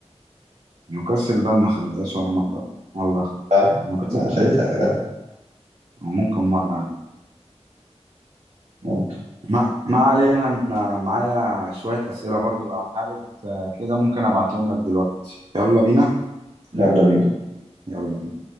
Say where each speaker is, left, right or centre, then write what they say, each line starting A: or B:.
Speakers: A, on the right; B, on the right.
A: نيوكاسل بقى ما خدتهاش ولا مرة والله
B: صح؟
A: نيوكاسل
B: ما خدتها يا جدع
A: أو ممكن مرة يعني
B: ممكن
A: ما, ما علينا أنا معايا شوية أسئلة برضو لو حابب آه، كده ممكن أبعتهم لك دلوقتي يلا بينا
B: يلا بينا
A: يلا بينا.